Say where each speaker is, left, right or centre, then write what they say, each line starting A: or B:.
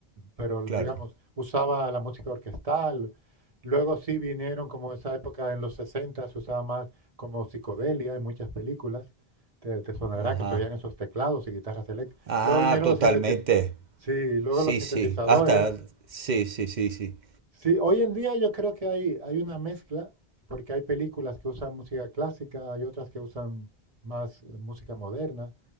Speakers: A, on the right; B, on the right.
A: pero
B: claro.
A: digamos, usaba la música orquestal, luego sí vinieron como esa época en los 60 se usaba más como psicodelia en muchas películas, te, te sonará
B: Ajá.
A: que se oían esos teclados y guitarras eléctricas,
B: Ah,
A: luego vinieron
B: totalmente.
A: los sintetiz- sí, luego
B: Sí,
A: los sintetizadores.
B: sí. Hasta, sí, sí, sí, sí.
A: Sí, hoy en día yo creo que hay, hay una mezcla, porque hay películas que usan música clásica, hay otras que usan más eh, música moderna,